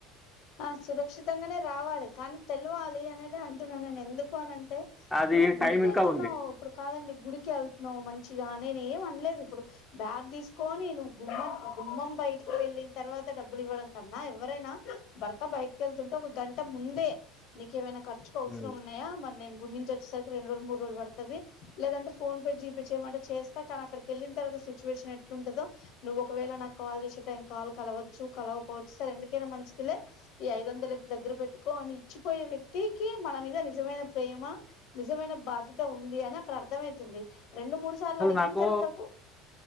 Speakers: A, on the left; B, in the centre.
A: ఆ సురక్షితంగానే రావాలి కానీ తేల్వాలి అనేది అంటున్నాను నేను ఎందుకంటే
B: అది
A: నువ్వు గుడికెళ్తున్నావ్
B: టైం ఇంకా ఉంది.
A: ఇప్పుడు కాదండి గుడికెళ్తున్నావ్ మంచిగా నేను ఏం అనలేదు ఇప్పుడు బ్యాగ్ తీసుకొని నువ్వు గుమ్మం గుమ్మం బయటికి వెళ్ళిన తర్వాత డబ్బులు ఇవ్వడం కన్నా ఎవరైనా భర్త బయటకి ఏళ్తుంటే ఒక గంట ముందే నీకేమైనా ఖర్చుకు అవసరం
B: హ్మ్.
A: ఉన్నాయా మరి నేను గుడి నుంచి వచ్ వచ్చేసరికి రెండ్రోలు, ముడ్రోలు పడుతది లేదంటే ఫోన్ పే, జీ పే చేయమంటే చేస్తా కానీ అక్కడికి వెళ్ళిన తర్వాత సిచువేషన్ ఏ ఎట్లుంటందో నువ్వు ఒకవేళ నాకు కాల్ చేసే టైం కాల్ కలవచ్చు కలగకపోవచ్చు సరే ఎందుకైనా మంచి దిలే ఈ ఐదొందలు దగ్గర పెట్టుకో అని ఇచ్చిపోయే వ్యక్తికి మన మీద నిజమైన ప్రేమ నిజమైన బాధ్యత ఉంది అని అక్కడ అర్థమయితుంది. రెండు మూడు సార్లు
B: అసలు
A: అడిగిన
B: నాకు
A: తర్వాత కు